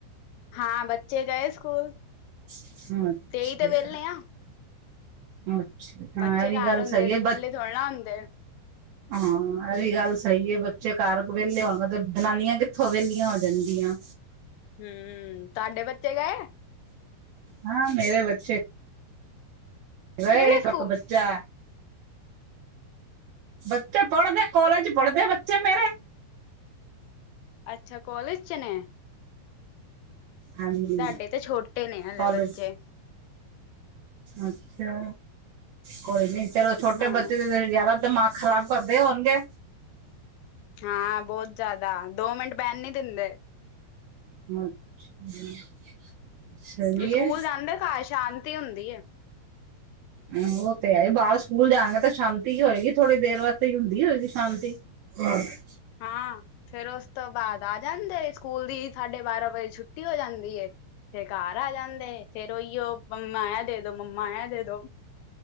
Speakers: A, on the left; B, on the right.
A: ਹਾਂ, ਬੱਚੇ ਗਏ ਸਕੂਲ।
B: ਅੱਛਾ।
A: ਤੇ ਈ ਤੇ ਵਿਹਲੇ ਆਂ।
B: ਅੱਛਾ। ਹਾਂ
A: ਬੱਚੇ
B: ਇਹ ਵੀ
A: ਘਰ
B: ਗੱਲ
A: ਹੁੰਦੇ
B: ਸਹੀ
A: ਤੇ,
B: ਹੈ
A: ਵਿਹਲੇ
B: ਬੱਚ-
A: ਥੋੜੇ ਨ ਹੁੰਦੇ।
B: ਹਾਂ ਐ ਵੀ ਗੱਲ ਸਹੀ ਐ, ਬੱਚੇ ਘਰ ਵਿਹਲੇ ਹੋਣ ਗੇ ਤੇ, ਜਨਾਨੀਆਂ ਕਿੱਥੋਂ ਵਿਹਲੀਆਂ ਹੋ ਜਾਂਨਗੀਆਂ।
A: ਹਮਮ, ਤੁਹਾਡੇ ਬੱਚੇ ਗਏ।
B: ਹਾਂ, ਮੇਰੇ ਬੱਚੇ। ਗਏ
A: ਕਿਹੜੇ
B: ਇਕ
A: ਸਕੂਲ?
B: ਬੱਚਾ। ਬੱਚੇ ਪੜ੍ਹਦੇ, ਕੋਲੇਜ ਪੜ੍ਹਦੇ ਬੱਚੇ ਮੇਰੇ।
A: ਅੱਛਾ, ਕੌਲਜ ਚ ਨੇ।
B: ਹਾਂਜੀ
A: ਸਾਡੇ ਤੇ ਛੋਟੇ ਨੇ ਹਾਲੇ
B: ਕਾਲਜ
A: ਬੱਚੇ।
B: ਅੱਛਾ, ਕੋਈ ਨੀ ਚਲੋ ਛੋਟੇ
A: ਹਾਂ,
B: ਬੱਚੇ ਦੇ ਜ਼ਿਆਦਾ। ਦਮਾਗ ਖ਼ਰਾਬ ਕਰਦੇ ਹੋਣਗੇ।
A: ਹਾਂ ਬਹੁਤ ਜ਼ਿਆਦਾ, ਦੋ ਮਿੰਟ ਬੈਣ ਨੀਂ ਦਿੰਦੇ।
B: ਅੱਛਾ। <inaudible> ਸਹੀ
A: ਏ ਸਕੂਲ
B: ਹੈ
A: ਜਾਂਦੇ ਘਰ ਸ਼ਾਂਤੀ ਹੁੰਦੀ ਏ।
B: ਹਮ, ਉਹ ਤੇ ਹੈ ਬਾਹਰ ਸਕੂਲ ਜਾਣਗੇ ਤਾਂ ਸ਼ਾਂਤੀ ਈ ਹੋਏਗੀ, ਥੋੜੀ ਦੇਰ ਵਾਸਤੇ ਈ ਹੁੰਦੀ ਹੋਏਗੀ ਸ਼ਾਂਤੀ। ਹੋਰ <inaudible>
A: ਹਾਂ, ਫੇਰ ਉਸ ਤੋਂ ਬਾਅਦ ਆ ਜਾਂਦੇ ਨੇ, ਸਕੂਲ ਦੀ ਸਾਢੇ ਬਾਰਾਂ ਵਜੇ ਛੁੱਟੀ ਹੋ ਜਾਂਦੀ ਏ। ਫੇਰ ਘਰ ਆ ਜਾਂਦੇ, ਫੇਰ ਉਹੀਓ, ਮੰਮਾ ਐ ਦੇ ਦੋ, ਮੰਮਾ ਐਆ ਦੇ ਦੋ।